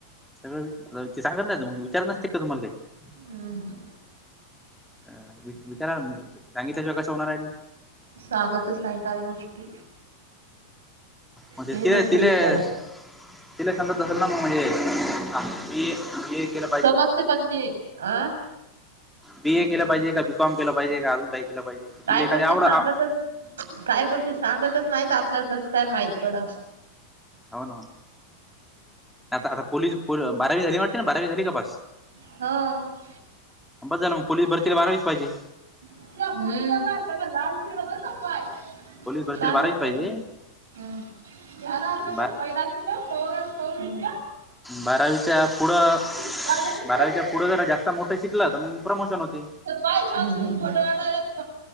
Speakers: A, in the centre; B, on the right (about 80°).
A: सगळं ते सांगत नाही मग विचार नसते का तुम्हाला काही
B: हम्म हम्म.
A: अ वि विचार सांगितल्याशिवाय कस होणार आहे
B: सागताच नाही काय गोष्टी
A: म्हज
B: हे
A: त
B: नसतं
A: तिलेऽ
B: विचार
A: तिला समजत असेल ना मग म्हणजे, हे केलंऽ
B: समजते पण ते, अहऽ
A: बी, ए केलं पाहिजे, का बी, कॉम केलं पाहिजे, का अजून काही केलं पाहिजे?
B: काय
A: तिला एखादी
B: गोष्टी
A: आवड
B: सांगतच,
A: हो
B: काय गोष्टी सांगतच नाहीत, आपल्याला कस काय माहित पडा.
A: हो ना, आता, आता पोलीस बारावी झाली वाटते ना, बारावी झाली का पास?
B: हो,
A: बस झालं मग, पोलीस भरतीली बारावीच पायजे.
B: हम्म्म. <unintelligible>
A: पोलीस भरतीला बारावीच पाहिजे
B: <unintelligible>
A: बा बारावीच्या पुढं,
B: गाडीने
A: बारावीच्या
B: खायचं
A: पुढं जरा जास्त मोठ शिकल तर मग प्रमोशन होते.
B: तो काय सांगू, खोटं वाटलंय.